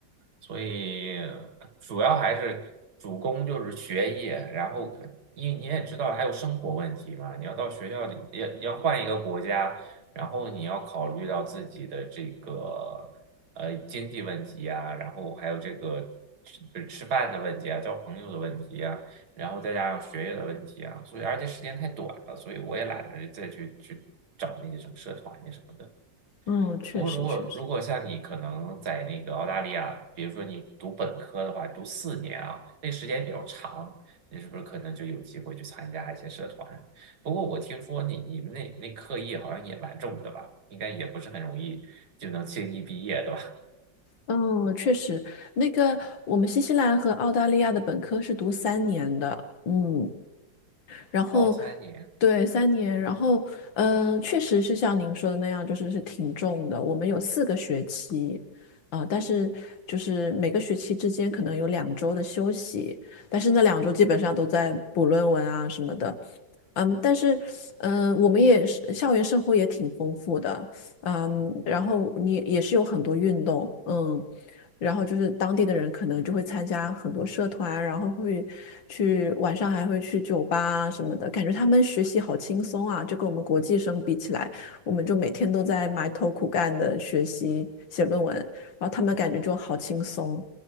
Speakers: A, on the right; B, on the left.
A: 所以主要还是主攻就是学业，然后可因为你也知道还有生活问题嘛，你要到学校里要要换一个国家，然后你要考虑到自己的这个呃经济问题呀，然后还有这个吃吃饭的问题啊，交朋友的问题然后再加上学业的问题啊，所以而且时间太短了，所以我也懒得再去去找那些什么社团呀什么的。
B: 嗯，确实确实。
A: 不过如果如果像你可能在那个澳大利亚，比如说你读本科的话，读四年啊，那时间比较长，你是不是可能就有机会去参加一些社团？不过我听说你你们那那课业好像也蛮重的吧，应该也不是很容易就能轻易毕业的吧？
B: 嗯，确实，那个我们新西兰和澳大利亚的本科是读三年的，嗯，然后
A: 哦，三年。
B: 对三年，然后嗯、呃确实是像您说的那样，就是是挺重的。我们有四个学期，啊、但是就是每个学期之间可能有两周的休息，但是那两周基本上都在补论文啊什么的，嗯，但是嗯、呃我们也是校园生活也挺丰富的，嗯，然后你也是有很多运动，嗯。然后就是当地的人可能就会参加很多社团啊，然后会去晚上还会去酒吧啊什么的，感觉他们学习好轻松啊，就跟我们国际生比起来，我们就每天都在埋头苦干的学习写论文，然后他们感觉就好轻松。